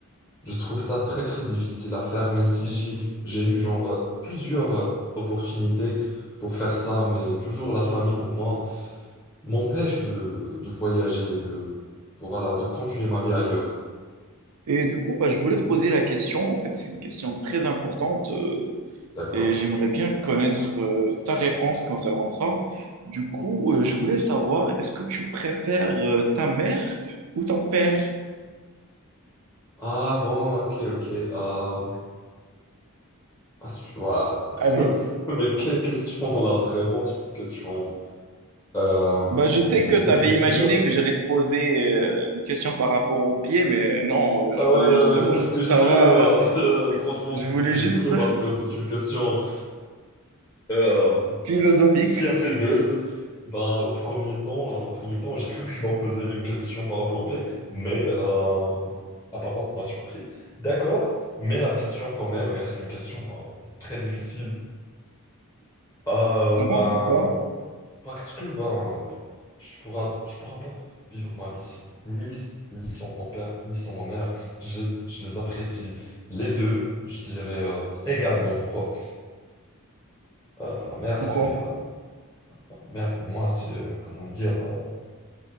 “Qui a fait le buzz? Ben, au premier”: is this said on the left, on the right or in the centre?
Left